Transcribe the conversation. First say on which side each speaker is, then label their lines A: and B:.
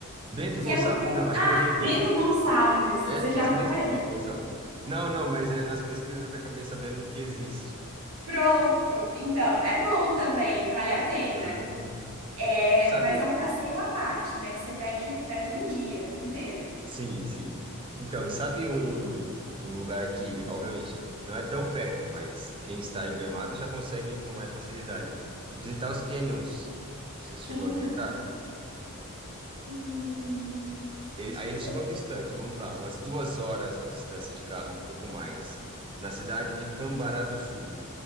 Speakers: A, on the right; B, on the right.
A: Bento
B: E que
A: Gonçalves?
B: é muito bonito.
A: Não, acho
B: Ah,
A: que eu inventei.
B: Bento Gonçalves,
A: É?
B: você já
A: É isso
B: foi?
A: mesmo? Bento Gonçalves. Não, não, mas é, nas pesquisas eu acabei sabendo que existe.
B: Pronto, então, é bom também, vale a pena.
A: Ah.
B: É,
A: Sabe?
B: mas é um passeio à parte, né? Que você perde, perde um dia inteiro.
A: Sim, sim. Então, e sabe um, um lugar que, obviamente, não é tão perto, mas quem está em Gramado já consegue ir com mais facilidade. Visitar os canyons. Você chegou
B: Canyon?
A: a visitar?
B: Hum,
A: Ele-
B: de
A: aí
B: quê?
A: eles ficam distantes, vamos lá, umas duas horas de distância de carro, um pouco mais, na cidade de Cambará do Sul.